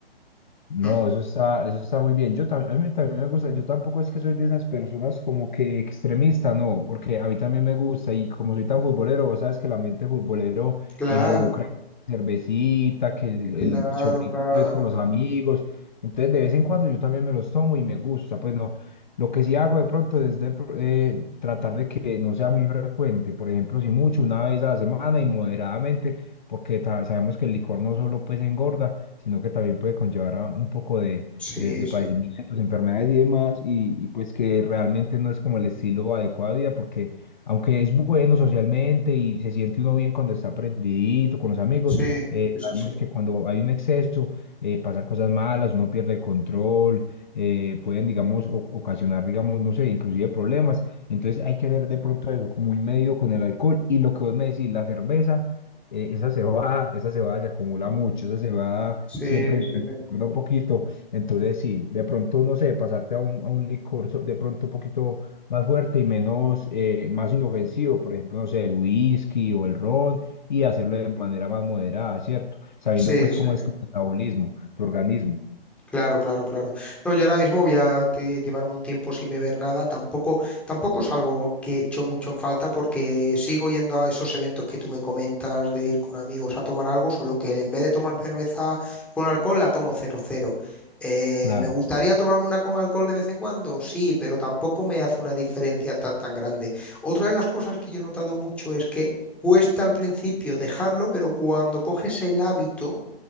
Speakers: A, on the left; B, in the centre.
A: No,
B: Mm,
A: eso está, eso está muy bien. Yo tam- a mí también me gusta, yo tampoco es que soy de esas personas como que extremista, no, porque a mí también me gusta y como soy tan futbolero, vos sabes que el ambiente futbolero
B: Claro,
A: involucra cervecita, que el,
B: claro,
A: el chorrito
B: claro.
A: pues con los amigos, entonces de vez en cuando yo también me los tomo y me gusta, pues no, lo que sí hago de pronto es de pr- eh, tratar de que no sea muy frecuente, por ejemplo, si mucho, una vez a la semana y moderadamente, porque ta- sabemos que el licor no solo pues engorda, sino que también puede conllevar a un poco de,
B: Sí,
A: de, de
B: sí,
A: padecimientos, enfermedades y demás, y, y pues que realmente no es como el estilo adecuado de vida, porque aunque es bueno socialmente y se siente uno bien cuando está prendidito con los amigos,
B: sí,
A: eh,
B: sí, sí,
A: sabemos
B: sí.
A: que cuando hay un exceso eh, pasan cosas malas, uno pierde el control, eh, pueden, digamos, o- ocasionar, digamos, no sé, inclusive problemas. Entonces hay que hacer de pronto eso, como un medio con el alcohol y lo que vos me decís, la cerveza eh, esa se va, esa se va, se acumula
B: Mm,
A: mucho, esa se va
B: Sí,
A: siempre en,
B: sí,
A: en-
B: sí.
A: recuerda un poquito. Entonces, sí, de pronto, no sé, pasarte a un, a un licor so- de pronto un poquito más fuerte y menos, eh, más inofensivo, por ejemplo, no sé, el whisky o el ron, y hacerlo de manera más moderada, ¿cierto? Sabiendo
B: Sí,
A: pues
B: sí,
A: cómo
B: sí.
A: es tu metabolismo, tu organismo.
B: Claro, claro, claro. No, yo ahora mismo voy a te- llevarme un tiempo sin beber nada. Tampoco, tampoco es algo que echo mucho en falta porque sigo yendo a esos eventos que tú me comentas de ir con amigos a tomar algo, solo que en vez de tomar cerveza con alcohol, la tomo cero cero. Eh,
A: Claro,
B: ¿me gustaría tomarme una con alcohol de vez en cuando? Sí, pero tampoco me hace una diferencia tan tan grande. Otra de las cosas que yo he notado mucho es que cuesta al principio dejarlo, pero cuando coges el hábito